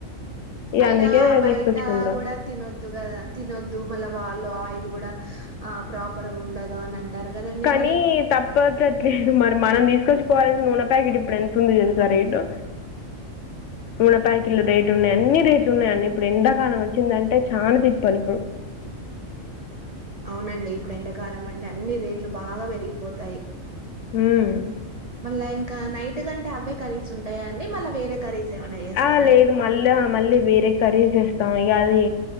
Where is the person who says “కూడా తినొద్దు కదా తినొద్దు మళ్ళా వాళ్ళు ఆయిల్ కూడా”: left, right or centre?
Right